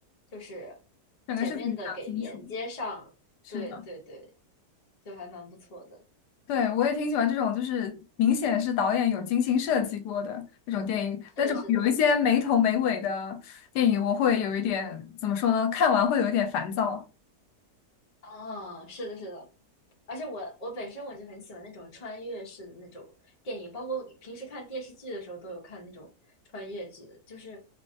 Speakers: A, on the left; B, on the left.
A: 就是
B: 整个是挺讲清楚。
A: 前面的给连接上，
B: 是的。
A: 对对对，就还蛮不错的。
B: 对，我也挺喜欢这种，就是明显是导演有精心设计过的那种电影。
A: 是的，
B: 那种有一些没头没尾的电影，
A: 是的，
B: 我会有一点，怎么说呢？看完会有一点烦躁。
A: 哦，是的，是的，而且我我本身我就很喜欢那种穿越式的那种电影，包括平时看电视剧的时候都有看那种穿越剧的，就是